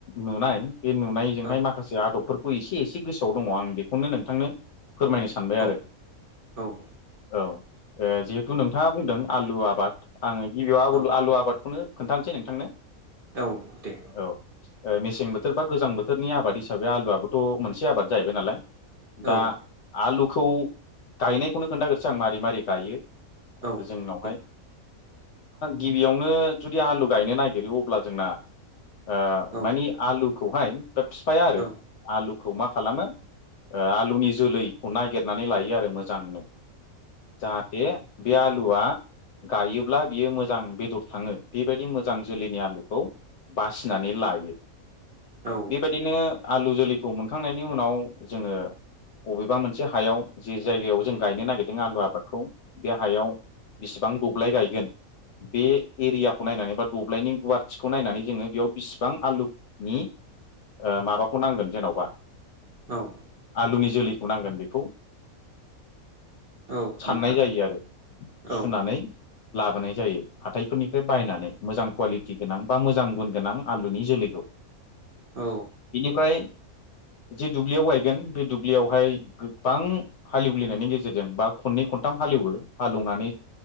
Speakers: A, on the left (about 60°); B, on the right (about 45°).
A: नुनाय बे नुनायजोंहाय
B: औ
A: माखासे आदबफोरखौ एसे एसे गोसोआव दङ आं बेखौनो नोंथांनो फोरमायनो सानबाय
B: औ
A: आरो।
B: औ
A: औ जिहेथु नोंथाङा बुंदों आलु आबाद आङो गिबियाव
B: औ
A: आलु आबादखौनो खोन्थानोसै नोंथांनो
B: औ दे
A: औ मेसिं थोर बा गोजां बोथोरनि आबाद हिसाबै आलुआबोथ' मोनसे आबाद जाहैबाय नालाया
B: औ
A: आ खौ गायनायखौनो खोन्थागोरोसै आं मारै मारै गायो
B: औ
A: जोंनावहाय
B: दे
A: गिबियावनो जुदि आलु गायनो नागिरो अब्ला जोंना ओ
B: औ
A: मानि आलुखौहाय दा बिफाया आरो
B: औ
A: आलु खौ मा खालामो ओ आलुनि जोलैखौ नागिरनानै लायो आरो मोजांनो। जाहाथे बे आलुवा गायोब्ला बियो मोजां बेदर थाङो बेबायदि मोजां जोलैनि आलुखौ बासिनानै लायो
B: औ
A: बेबायदिनो आलु जोलैखौ मोनखांनायनि उनाव जोङो बबेबा मोनसे हायाव जे जायगायाव जों गायनो नागिर दों आलु आबादखौ बे हायाव बिसिबां दब्लाय गायगोन बे एरियाखौ नायनानै बा दब्लायनि गुवारथिखौ नायनानै जोङो बेयाव बिसिबां आलु नि ओ माबाखौ नांगोन जेन'बा
B: औ
A: आलुनि जोलैखौ नांगोन बेखौ
B: औ
A: साननाय
B: नोंथां
A: जायो आरो
B: औ
A: सुनानै लाबोनाय जायो हाथायफोरनिफ्राय बायनानै मोजां कुवालिटि गोनां बा मोजां गुन गोनां आलुनि जोलैखौ
B: औ
A: बेनिफ्राय जे दुब्लियाव गायगोन बे दुब्लियावहाय गोबां हालेवलिनायनि गे जेरजों बा खननै खनथाम हालेवो हालौनानै